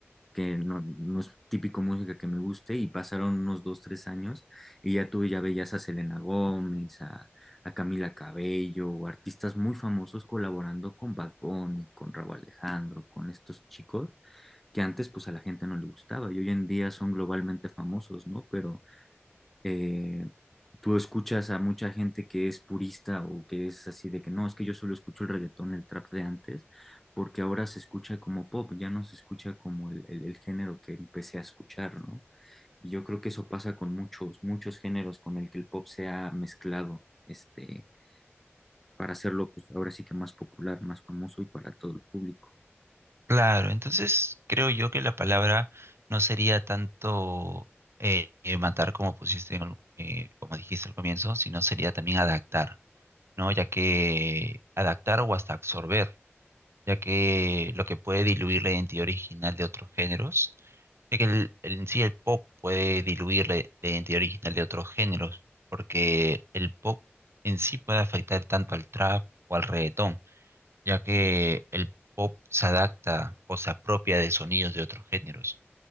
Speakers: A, in the centre; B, on the right (about 65°).
A: que no, no es típico música que me guste, y pasaron unos dos, tres años, y ya tú ya veías a Selena Gómez, a, a Camila Cabello, o artistas muy famosos colaborando con Bad Bunny, con Rauw Alejandro, con estos chicos que antes pues a la gente no le gustaba, y hoy en día son globalmente famosos, ¿no? Pero eh, tú escuchas a mucha gente que es purista o que es así de que no, es que yo solo escucho el reggaetón, el trap de antes, porque ahora se escucha como pop, ya no se escucha como el, el- el género que empecé a escuchar, ¿no? Y yo creo que eso pasa con muchos, muchos géneros con el que el pop se ha mezclado, este, para hacerlo, pues ahora sí que más popular, más famoso y para todo el público.
B: Claro, entonces creo yo que la palabra no sería tanto eh, eh, matar como pusiste, en el- eh, como dijiste al comienzo, sino sería también adaptar, ¿no? Ya que adaptar o hasta absorber, ya que lo que puede diluir la identidad original de otros géneros, ya que el, el- en sí el pop puede diluir la, la identidad original de otros géneros, porque el pop en sí puede afectar tanto al trap o al reggaetón ya que el pop se adapta o se apropia de sonidos de otros géneros.